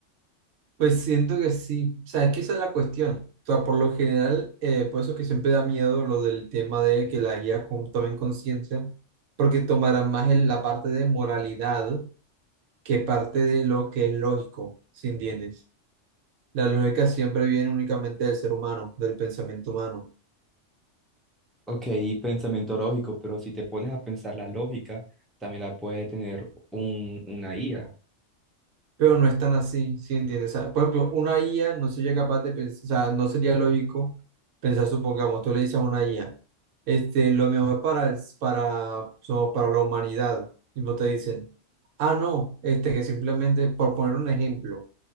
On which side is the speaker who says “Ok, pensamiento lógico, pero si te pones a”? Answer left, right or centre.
Centre